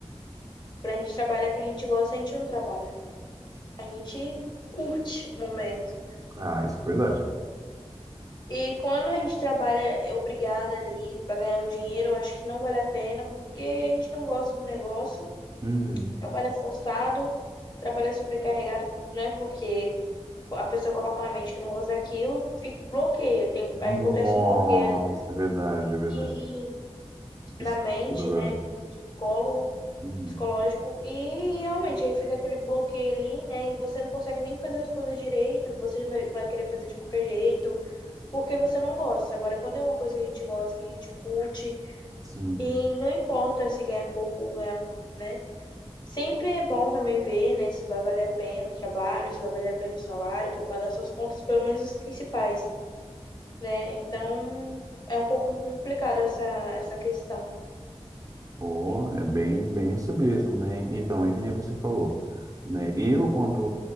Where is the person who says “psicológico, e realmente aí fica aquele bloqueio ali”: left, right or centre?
Left